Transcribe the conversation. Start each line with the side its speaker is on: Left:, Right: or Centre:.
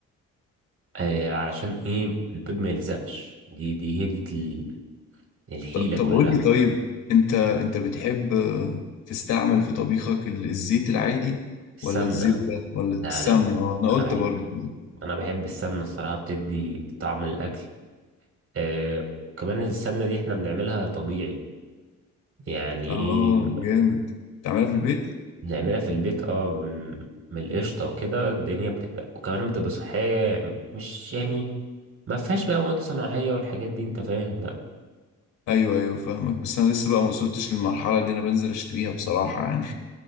Right: آه علشان ايه البيض ما يلزقش دي دي هي دي ال- الحيلة
Left: ط- طب
Right: كلها
Left: قول لي طيب انت انت بتحب آه، تستعمل في طبيخك ال- الزيت العادي
Right: السمنة
Left: ولا الزبدة ولا السمنة
Right: لا لا
Left: آه، انا قلت
Right: انا بحب
Left: برضو كده.
Right: انا بحب السمنة الصراحة بتدي طعم الاكل آه وكمان السمنة دي احنا بنعملها طبيعي يعني
Left: اه
Right: ايه
Left: جامد تعملها في البيت
Right: بنعملها في البيت اه من من القشطة وكده الدنيا بتبقى وكمان بتبقى صحية يعني مش يعني ما فيهاش بقى مواد صناعية والحاجات دي انت فاهم بقى
Left: ايوه ايوه فاهمك بس انا لسه بقى ما وصلتش للمرحلة دي انا بنزل اشتريها بصراحة يعني